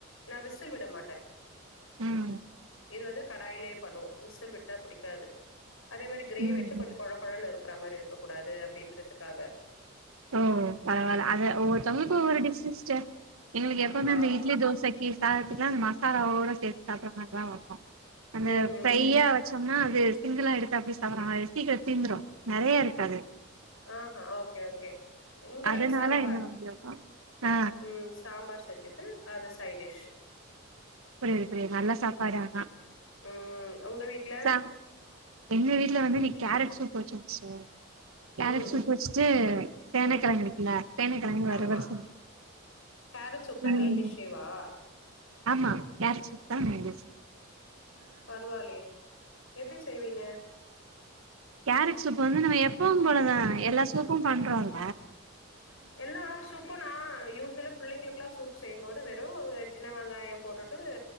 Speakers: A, on the left; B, on the right.
A: நா விசில் விட மாட்டே
B: ம்
A: இது வந்து கடாயிலேயே பண்ணுவோ விசில் விட்டா புடிக்காது அதே மாரி கிரேவி
B: ம்
A: வச்சு கொஞ்ச கொழ கொழன்னு இரு அப்புற மாரி இருக்க கூடாது. அப்டின்றதுக்காக
B: ஓ பரவால அது ஒவ்வொருத்தவங்களுக்கு
A: ம்.
B: ஒவ்வொரு டிஸ் சிஸ்டர் எங்களுக்கு எப்பவுமே
A: ஆமா.
B: அந்த இட்லி தோசைக்கு சாதத்துக்கலா அந்த மசாலாவோட சேத்து சாப்டுற மாரி தா வப் போ அந்த
A: ம்ஹ்ம்.
B: ஃப்யா வச்ச ப்பனா அது சிங்கிளா எடுத்து அப்டியே சாப்டுற மாரி சீக்கிர தீந்துரு நெறையா இருக்காது.
A: ஆஹ்ஹ ஓகே ஓகே இங்க
B: அதனால
A: வந்து சாம்பார்
B: இந்த மாரி வைப்போ ஆ
A: ம் சாம்பார் செஞ்சுட்டு அது சை டிஷ்
B: புரியிது புரியிது நல்ல சாப்பாடு ஆனா
A: ம். உங்க வீட்ல?
B: ச எங்க வீட்ல வந்து நீ கேரட்ஸு <unintelligible> கேரட்
A: ம்.
B: சூப் வச்சுட்டு சேனக்கெழங்கு இருக்குல சேனகெழங்கு வருவ
A: ஆமா.
B: சே
A: கேரட் சூப்
B: <unintelligible>
A: தான் மெயின் டிஷ்ஷேவா?
B: ஆமா யார் சுத்தா வேந்துச்சு
A: பரவாலையே எப்டி செய்வீங்க
B: கேரட் சூப் வந்து நம்ம எப்பவு போலதா எல்லா சூப்பும் பண்றோல
A: எல்லா சூப்பனா யூஸ்வலா பிள்ளைங்களுக் லா சூப் செய்யு போது வெறு சின்ன வெங்காய போட்டுட்டு